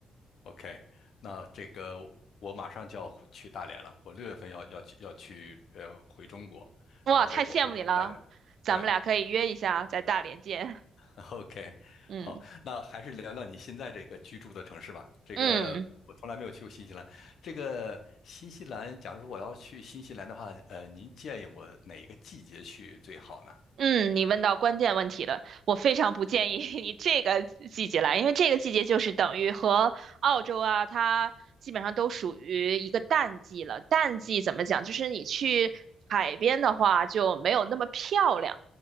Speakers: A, on the left; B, on the right.
A: OK，那这个我马上就要回去大连了，我六月份要要去要去呃回中国，
B: 哇，
A: 然后我会去大连。
B: 太羡慕你了，咱们俩可以约一下在大连见。
A: 对啊，<laughs> OK，
B: <laughs> 嗯
A: 好，那还是聊聊你现在这个居住的城市吧。这个我从来没有去过新西兰。
B: 嗯。
A: 这个新西兰，假如说我要去新西兰的话，呃，您建议我哪一个季节去最好呢？
B: 嗯，你问到关键问题了。我非常不建议 <laughs> 你这个季节来，因为这个季节就是等于和澳洲啊，它基本上都属于一个淡季了。淡季怎么讲？就是你去海边的话就没有那么漂亮。